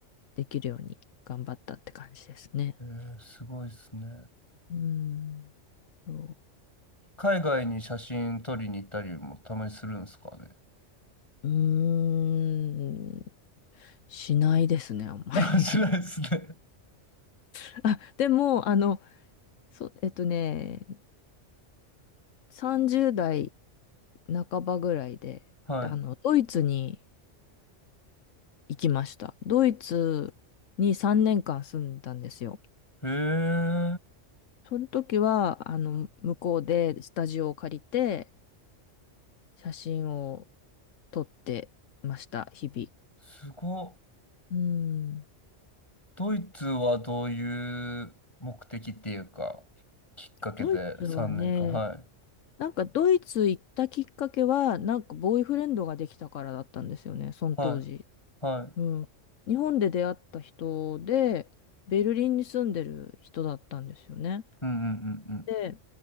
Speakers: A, on the left; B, on the left.
A: できるように頑張ったって感じですね。
B: えー、すごいですね。
A: うーん。そ
B: 海外に写真撮りに行ったりもたまにするんですかね。
A: う。うーん。しないですね、
B: <laughs>
A: あんまり。
B: あ、しないですね。
A: <laughs> あ、でも、あの、そう、えっとね、30代半ばぐらいで、
B: は
A: あの、ドイツに行きました。ドイツに3年間住んだんですよ。
B: い。へえ
A: その時は、あの、向こうでスタジオを借りて、写真を撮ってました、日
B: すごっ。
A: 々。うん。
B: ドイツはどういう目的っていうか、きっかけで3年間。
A: ドイツはね、
B: はい。
A: なんかドイツ行ったきっかけは、なんかボーイフレンドができたからだったんですよね、その当時。
B: はい。はい。うん
A: うん。日本で出会った人で、ベルリンに住んでる人だったんですよね。
B: うんうんうん。
A: で、